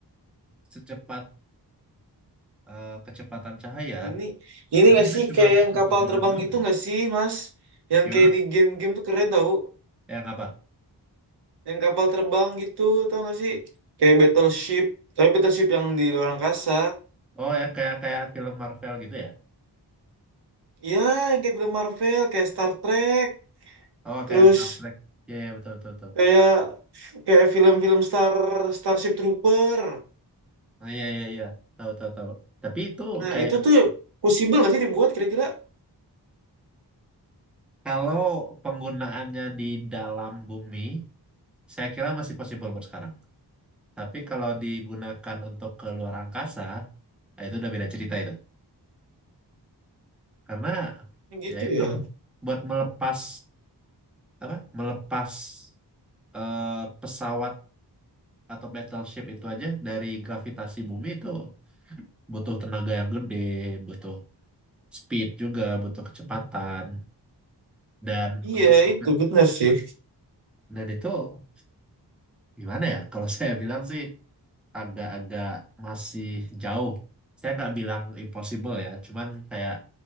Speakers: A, in the centre; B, on the right.
A: secepat eh, kecepatan cahaya,
B: ini ini
A: berarti
B: nggak
A: kita
B: sih
A: cuma
B: kayak
A: perlu
B: yang kapal
A: sejalan
B: terbang
A: belum
B: itu
A: ya?
B: nggak sih Mas yang
A: Gimana
B: kayak
A: mas?
B: di game-game tuh keren tau
A: Yang apa?
B: yang kapal terbang gitu tau nggak sih kayak battleship tapi battleship yang di luar angkasa
A: Oh, yang kayak kayak film Marvel gitu ya?
B: Iya, kayak film Marvel, kayak Star Trek,
A: Oh,
B: terus
A: kayak Star Trek. Iya, iya, betul, betul, betul.
B: kayak kayak film-film Star Starship Trooper.
A: Ah, iya iya iya tahu tahu tahu. Tapi itu
B: Nah,
A: kayak
B: itu tuh possible nggak sih dibuat kira-kira
A: kalau penggunaannya di dalam bumi, saya kira masih possible buat sekarang. Tapi kalau digunakan untuk ke luar angkasa, nah itu udah beda cerita itu. Karena
B: gitu
A: ya itu
B: ya?
A: buat melepas apa? Melepas eh, pesawat atau battleship itu aja dari gravitasi bumi itu butuh tenaga yang gede, butuh speed juga, butuh kecepatan dan
B: Iya,
A: untuk roket
B: itu benar sih.
A: dan itu Gimana ya? Kalau saya bilang sih agak-agak masih jauh. Saya nggak bilang impossible ya, cuman kayak